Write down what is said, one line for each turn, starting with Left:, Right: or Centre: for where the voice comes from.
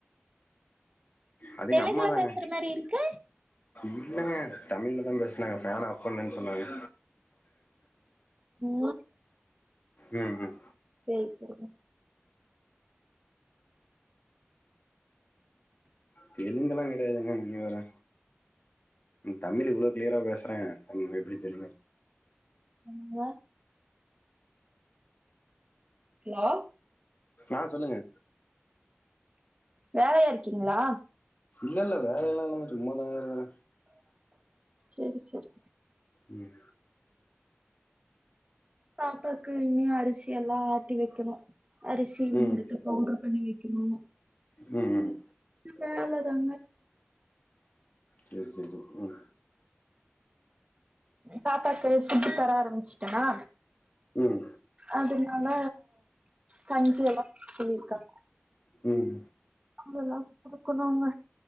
Left: அது
Right: தெலுங்குல
Left: எங்க அம்மாதாங்க
Right: பேசுற மாரி இருக்கு
Left: இல்லங்க தமிழ்லதா பேசனாங்க ஃபேன் ஆஃப் பண்ணுனு சொன்னாங்க
Right: உ <inaudible>
Left: ம் ம்
Right: சரி சரி
Left: தெலுங்குல்லா கிடையாதுங்க நீ வேற தமிழ் இவ்ளோ கிளியரா பேசுற <unintelligible> மே
Right: எங்க ஹலோ
Left: ஆ சொல்லுங்க
Right: வேலையா இருக்கீங்களா
Left: இல்ல இல்ல வேலை எல்லா இல்லங்க சும்மாதாங்க இருக்குற
Right: சரி சரி
Left: ம்
Right: பாப்பாக்கு இனியு அரிசி எல்லா ஆட்டி வைக்கணு அரிசி வந்துட்டு
Left: ம்
Right: போட்ற பண்ணி வைக்கணு
Left: ம் ம்
Right: வேல தங்க
Left: சரி்சரி ம்
Right: பாப்பாக்கு ஃபுட்டு தர ஆரம்பிச்சுட்டனா
Left: ம்
Right: அதனால கஞ்சி எல்லா சொல்லிருக்கா
Left: ம்
Right: அதெல்லா குடுக்கணூங்க